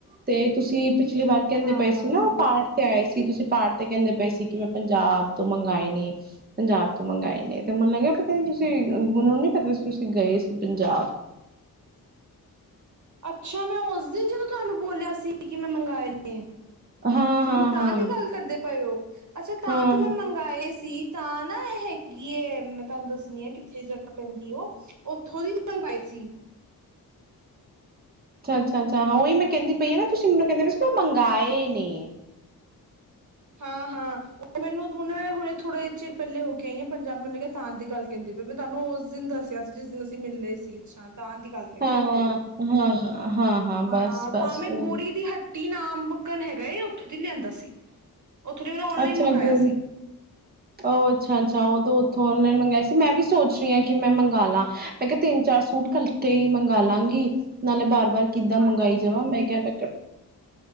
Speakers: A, on the right; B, on the right.
A: ਤੇ ਤੁਸੀਂ ਪਿਛਲੀ ਵਾਰ ਕੈਂਦੇ
B: ਹਾਂ
A: ਪਏ ਸੀ ਨਾ ਓ ਪਾਠ ਤੇ ਆਏ ਸੀ ਕੀ ਤੁਸੀਂ ਪਾਠ ਤੇ ਕੇਂਦੇ ਪਏ ਸੀ ਕੀ ਮੈਂ ਪੰਜਾਬ ਤੋਂ ਮੰਗਾਏ ਨੇ ਪੰਜਾਬ ਤੋਂ ਮੰਗਾਏ ਨੇ ਤੇ ਮੈਨੂੰ ਲੱਗਿਆ ਪਤਾ ਨੀ ਤੁਸੀਂ ਮੈਨੂੰ ਨੀ ਪਤਾ ਸੀ ਤੁਸੀਂ ਗਏ ਸੀ ਪੰਜਾਬ।
B: ਅੱਛਾ ਮੈਂ ਓਸ ਦਿਨ ਜਦੋਂ ਤੁਹਾਨੂੰ ਬੋਲਿਆ ਸੀ ਕੀ ਮੈਂ ਮੰਗਾਂਏ ਨੇ।
A: ਹਾਂ
B: ਅੱਛਾ
A: ਹਾਂ
B: ਤੁਸੀਂ ਤਾਂ
A: ਹਾਂ
B: ਦੀ ਗੱਲ ਕਰਦੇ ਪਏ ਓ ਅੱਛਾ ਤਾਂ
A: ਹਾਂ
B: ਤੇ ਮੈਂ ਮੰਗਾਂਏ ਸੀ ਤਾਂ ਨਾ ਏ ਹੈਗੀ ਏ ਮੈਂ ਤੁਹਾਨੂੰ ਦੱਸਣੀ ਆ ਕਿੱਥੇ ਜਾ ਪੈਂਦੀ ਓ ਓਥੋਂ ਦੀ ਮੰਗਾਂਏ ਸੀ।
A: ਅੱਛਾ-ਅੱਛਾ-ਅੱਛਾ ਹਾਂ ਓਈ ਮੈਂ ਕੈਂਦੀ ਪਈ ਆ ਨਾ ਤੁਸੀਂ ਮੈਨੂੰ ਕੈਂਦੇ ਪਏ ਮੰਗਾਂਏ ਨੇ।
B: ਹਾਂ-ਹਾਂ ਮੈਨੂੰ ਹੁਨ ਹੁੰਨੇ ਹੁਣੇ ਥੋੜੇ ਚਿਰ ਪੈਲੇ ਹੋ ਕੇ ਆਈ ਆ ਪੰਜਾਬ ਮੈਨੂੰ ਲਗਿਆ ਤਾਂਨ ਦੀ ਗੱਲ ਕੈਂਦੀ ਪਈ ਮੈਂ ਤੁਹਾਨੂੰ ਉਸ ਦਿਨ ਦੱਸਿਆ ਸੀ ਜਿਸ ਦਿਨ ਅਸੀਂ ਮਿਲਲੇ ਸੀ ਤਾਂ ਦੀ ਗੱਲ ਕੈਂਦੇ
A: ਹਾਂ,
B: ਪਏ ਓ
A: ਹਾਂ, ਹਾਂ,
B: ਹਾਂ
A: ਬਸ ਬਸ
B: ਤਾਂ ਮੈਂ
A: ਉਹ
B: ਗੋਰੀ ਦੀ ਹ ਟੀ ਨਾਮ ਬੱਕਣ ਹੈਗਾ ਉੱਥੋਂ ਦੀ ਲਿਆਂਦਾ ਸੀ। ਉੱਥੋਂ ਦੀ ਮੈਂ ਔਨਲਾਈਨ
A: ਅੱਛਾ
B: ਮੰਗਾਇਆ
A: ਗੋਰੀ।
B: ਸੀ।
A: ਓ ਅੱਛਾ-ਅੱਛਾ ਉਦੋਂ ਉੱਥੋਂ ਓਨਲਾਈਨ ਮੰਗਾਂਏ ਸੀ ਮੈਂ ਵੀ ਸੋਚ ਰਈ ਆ ਕੀ ਮੈਂ ਮੰਗਾਂਲਾ ਮੈਂ ਕਿਆ ਤਿੰਨ ਚਾਰ ਸੂਟ ਖ ਤੇ ਈ ਮੰਗਾਂਗੀ ਨਾਲੇ ਬਾਰ-ਬਾਰ ਕਿੱਦਾਂ
B: ਹਾਂਜੀ-ਹਾਂਜੀ।
A: ਮੰਗਾਂਈ ਜਾਵਾਂ ਮੈਂ ਕਿਆ ਮੈਂ ਕਿਆ